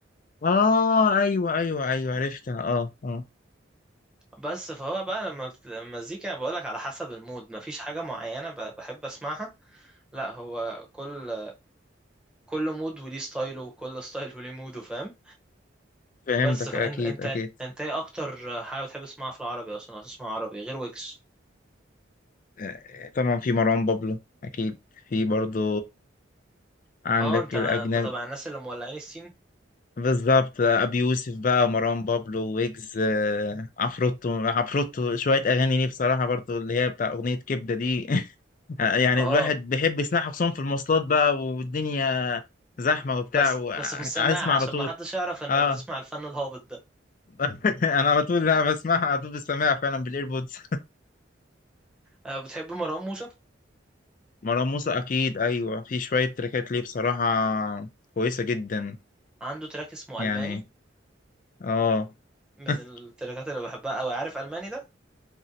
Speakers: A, on the left; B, in the centre.
A: اه ايوه ايوه ايوه عرفتها اه اه
B: بس فهو بقى لما بت- المزيكا بقولك على حسب المود مفيش حاجة معينة ب- بحب اسمعها لا هو كل كل مود وليه ستايله وكل ستايل وليه موده فاهم
A: فهمتك
B: بس فانت
A: اكيد
B: انت
A: اكيد
B: انت ايه اكتر حاجه بتحب تسمعها في العربي اصلا لو هتسمع عربي غير ويجز
A: آه، طبعا في مروان بابلو اكيد في برضو عندك
B: اه انت
A: الاجنبي
B: انت طبعا الناس اللي مولعين السين
A: بالظبط ابي يوسف بقى مروان بابلو ويجز آه، عفروتو عفروتو شويه اغاني ليه بصراحه برضو اللي هي بتاع اغنيه كبده دي <laughs> يعني
B: اه
A: الواحد
B: آه.
A: بيحب يسمعها خصوصا في المواصلات بقى والدنيا زحمه وبتاع
B: بس بس في السماعه
A: واسمع
B: عشان
A: على طول
B: ما حدش يعرف انك
A: اه
B: بتسمع الفن الهابط ده
A: <laughs> انا على طول لا بسمعها على طول بسمعها فعلا بالايربودز
B: آه بتحب مروان موسى
A: مروان موسى اكيد ايوه في شويه تريكات ليه بصراحه كويسه جدا
B: عنده تراك اسمه
A: يعني
B: الماني
A: اه
B: من
A: <laughs>
B: التراكات اللي بحبها قوي عارف الماني ده